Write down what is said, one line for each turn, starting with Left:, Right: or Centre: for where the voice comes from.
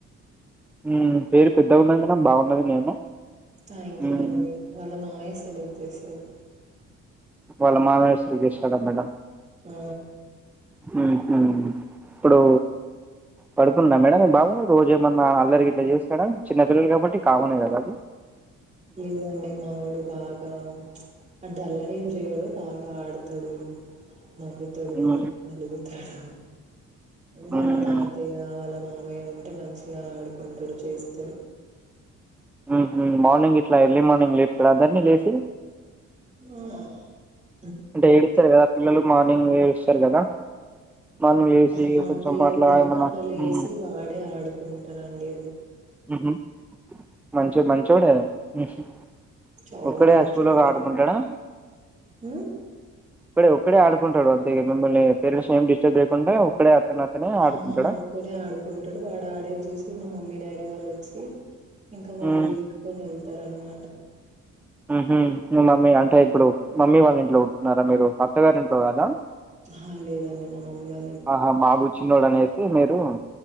Centre: ఉమ్ పేరు పెద్దగ ఉన్నది మేడం బాగున్నది నేము
Right: థ్యాంక్
Centre: మ్మ్
Right: యూ అండి వాళ్ళ మావయ్య సెలెక్ట్ చేసాడు
Centre: వాళ్ళ మామయ్య సెలక్ట్ చేసాడా మేడం
Right: ఆ
Centre: మ్మ్ హ్మ్ ఇప్పుడు పడుకుండ మేడం మీ బాబు, రోజు ఏమన్నా అల్లరి గిట్లా చేస్తాడ చిన్న పిల్లలు కాబట్టి కామనే కదా అది.
Right: లేదండి మావాడు బాగా ప్చ్ అంటే అల్లరేం చేయడు బాగా ఆడుతడు నవ్వుతడు
Centre: మ్మ్
Right: అలుగు తాడు వాళ్ళ
Centre: మ్మ్
Right: తాతయ్య వాళ్ళ మా మయ్య ఉంటే మంచిగా ఆడుకుంటాడు చేస్తడు
Centre: మ్మ్ హ్మ్ మార్నింగ్ ఇట్లా ఎర్లీ మార్నింగ్ లేపుతాడ అందరినీ లేసి
Right: <unintelligible>
Centre: అంటే ఏడుస్తారు కదా పిల్లలు మా డెంగ్ వేరు ఇస్తారు కదా మార్నింగ్ లేసి
Right: హా
Centre: కొంచెం
Right: త్రీ
Centre: అట్లా
Right: ఓ క్లాక్
Centre: ఏమన్నా
Right: అట్లా లేసి
Centre: మ్మ్
Right: వాడే ఆడుకుంటారండి
Centre: ఊహూ మంచి మంచోడే ఊహూ
Right: చాలా
Centre: ఒక్కడే
Right: మంచోడు.
Centre: అశ్కులో ఆడుకుంటాడా
Right: హ్మ్.
Centre: క్కడే ఒక్కడే ఆడు కుంటడు ఒద్దిగా మిమ్మల్ని పేరంట్స్ ని ఏం డిస్టర్ చెయ్యకుండా ఒక్కడే అతను అతనే ఆడుకుంటాడా
Right: ఆ ఒక్కడే ఆడుకుంటాడు వాడు ఆడేద చూసి తి మా మమ్మీ డాడీ వాళ్ళు చ్చి ఇంకా వాడిని
Centre: మ్మ్
Right: ఎత్తుకొని వెళ్తారు అనమాట
Centre: ఉహుమ్ మీ మమ్మీ అంటే ఇప్పుడు మమ్మీ వాళ్ళ ఇంట్లో ఉన్నారా మీరు అత్తగారి ఇంట్లో కాదా
Right: హా లేదండి మా మమ్మీ గారు
Centre: ఆహా మాగు చిన్నోడనే ప్లీజ్ మీరు